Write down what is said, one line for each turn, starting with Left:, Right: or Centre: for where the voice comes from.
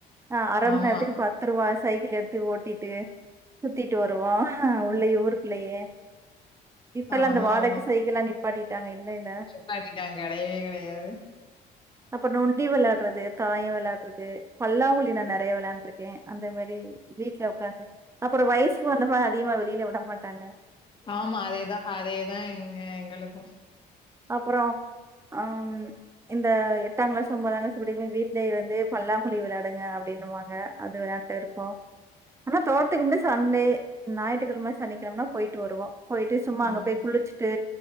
Right: ஆஹ் அரை
Left: ஆமா.
Right: மணி நேரத்துக்கு பத்து ரூவா சைக்கிள் எடுத்து ஓட்டிட்டு சுத்திட்டு வருவோம் உள்ளயே ஊருக்குள்ளயே இப்ப எல்லாம்
Left: ஆமாமா.
Right: அந்த வாடகை சைக்கிளா படி இல்ல இல்ல
Left: நிப்பாட்டிட்டாங்க. கிடையவே கிடையாது.
Right: அப்புறம் நொண்டி விளையா டுறது தாயம் விளையாடுறது பல்லாங்குழி நான் நிறைய விளாண்டு இருக்கேன் அந்த மாதிரி வீட்டுல உட்காந்து அப்புறம் வயசுக்கு வந்த மா அதிகமா வெளியில விடமாட்டாங்க
Left: ஆமா அதேதான் அதேதான் எங்க எங்களுக்கும்.
Right: அப்புறம் ஹம் இந்த எட்டாங்கிளாஸ் ஒன்பதாங்கிளாஸ் படிக்கிம்ப வீட்லய இருந்து பல்லாங்குழி விளையாடுங்க அப்படின்னுவாங்க அது விளையாண்டு இருப்போம் ஆனா தோட்டத்துக்கு மட்டும் சண்டே ஞாயிற்றுக்கிழம சனிக்கிழமனா போயிட்டு வருவோம் போயிட்டு சும்மா
Left: ம்,
Right: அங்க போய் குளிச்சுட்டு